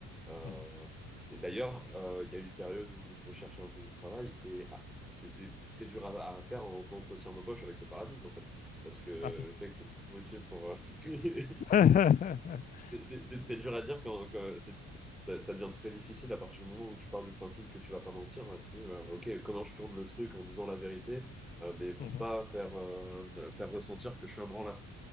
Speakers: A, in the centre; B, on the left (about 30°).
A: Euh,
B: Mhm.
A: et d'ailleurs, euh, il y a eu une période où je recherchais un peu du travail et ah, c'était très dur à, à faire en entretien d'embauche avec ce paradigme, en fait. Parce que,
B: Ah oui.
A: mec, qu'est-ce qui te motive pour... euh, <laughs>
B: <laughs>
A: C'est c'est- c'est très dur à dire quand, quand c'est- ça, ça devient très difficile à partir du moment où tu pars du principe que tu vas pas mentir. On va se dire, euh, ok, comment je tourne le truc en disant la vérité, euh, mais pour
B: Mhm.
A: pas faire, euh, faire ressentir que je suis un branleur.